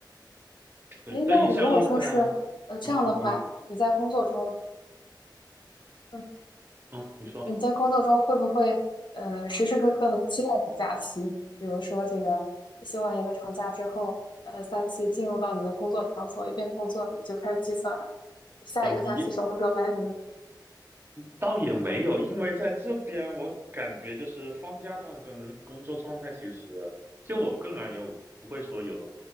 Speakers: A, on the right (about 30°); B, on the left (about 75°).
A: 对。
B: 哎，
A: 但你像一般，
B: 那如果说是呃这样的话，
A: 嗯嗯，你说，
B: 你在工作中，嗯，
A: 嗯，你说，
B: 你在工作中会不会呃时时刻刻的期待着假期？比如说这个休完一个长假之后，呃，再次进入到你的工作场所，一边工作你就开始计算下一个假期什么时候来临。
A: 哦，也倒也没有，因为在这边我感觉就是放假状态跟工作状态，其实就我个人而言，我不会说有